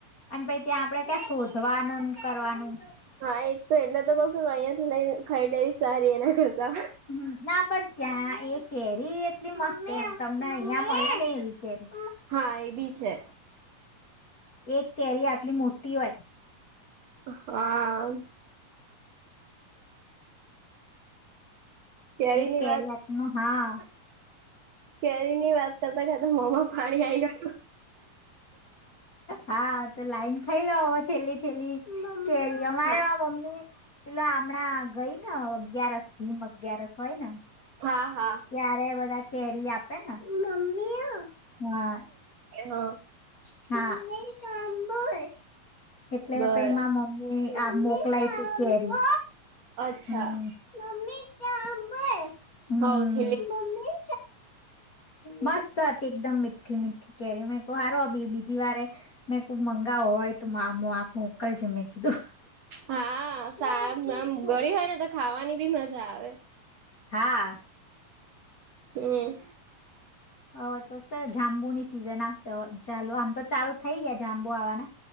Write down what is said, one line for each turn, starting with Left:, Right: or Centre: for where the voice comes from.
Left: અને પછ ત્યાં આપડે કં શોધવા કરવાનું
Right: હા એ તો એટલે તો કઉ છું અહંયા થી લઈને ખાઈ લેવી સારી એના કરતા
Left: હમ. ના પણ ત્યાં એ કેરી એટલી મસ્તી તમને અહિયાં મળ ને એવી કેરી
Right: હા એ બી છે.
Left: એક કેરી આટલી મોટી હોય.
Right: હા. કેરી
Left: એક
Right: ની
Left: કેવી
Right: વાત
Left: વાતનું હા.
Right: કેરી ની વાત કરતા કરતા મમ્મા પાણી આવીઈ ગયું.
Left: હા તો લાઈન ખાઈ લમાં છેલ્લી છેલ્લી કેરી અમારે
Right: હા
Left: આ મમ્મી પેલો હમણાં ગઈ. અગિયારસ ભીમ અગિયારસ હોય ને
Right: હા હા.
Left: ક્યારે બધા કેરી આપે ને મમ્મી હા.
Right: હા.
Left: હ ચ આો એટલે
Right: બરા
Left: પ મા મમ્મી આ મોકલાય ત કેરી.
Right: અચ્છા.
Left: હમ મમ્મી સાંભળ મમ્મી
Right: હ છે.
Left: મસ્ત હતી એકદમ મીઠી મીઠી કેરી મેં સારું. બીજી વારે મે ખૂબ મંગાવો હોય તો આપ મોકલજ મેં કીધું.
Right: હા સા
Left: રાખીશું.
Right: આમ ગળી હોય ને તો ખાવાની બી મજા આવે.
Left: હા.
Right: હમ.
Left: હવે તો સર જાંબુની સિઝનશે ચાલુ આમ તો ચાલુ થઇ ગયા જાંબુ આવાના